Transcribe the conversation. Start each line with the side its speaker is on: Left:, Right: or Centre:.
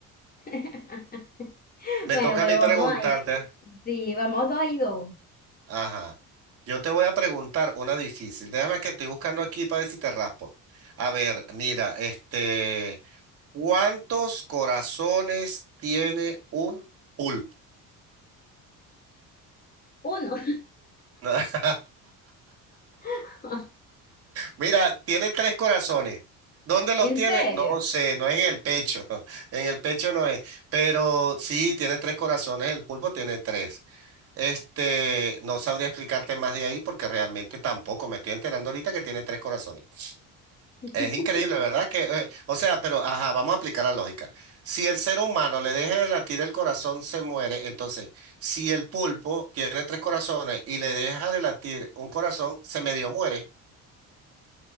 Left: <laughs>
Right: Me
Left: Bueno,
Right: toca
Left: pero
Right: a mí
Left: vamos
Right: preguntarte.
Left: ahí. Sí, vamos dos y dos.
Right: Ajá. Yo te voy a preguntar una difícil. Déjame que estoy buscando aquí para ver si te raspo. A ver, mira, este, ¿cuántos corazones tiene un pulpo?
Left: Uno.
Right: <laughs>
Left: <laughs>
Right: Mira, tiene tres corazones. ¿Dónde los
Left: ¿En
Right: tiene?
Left: serio?
Right: No sé, no es en el pecho. <laughs> En el pecho no es. Pero sí, tiene tres corazones. El pulpo tiene tres. Este, no sabría explicarte más de ahí porque realmente tampoco me estoy enterando ahorita que tiene tres corazones.
Left: <laughs>
Right: Es increíble, ¿verdad? Que, eh, o sea, pero, ajá, vamos a aplicar la lógica. Si el ser humano le deja de latir el corazón, se muere. Entonces, si el pulpo tiene tres corazones y le deja de latir un corazón, se medio muere.